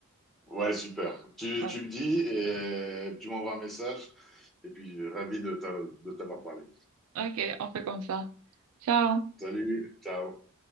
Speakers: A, in the centre; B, on the right (about 75°).
A: Ouais, super. Tu,
B: Ouais.
A: tu me dis et tu m'envoies un message. Et puis, ravi de t'a- de t'avoir parlé.
B: Ok, on fait comme ça. Ciao.
A: Salut, ciao.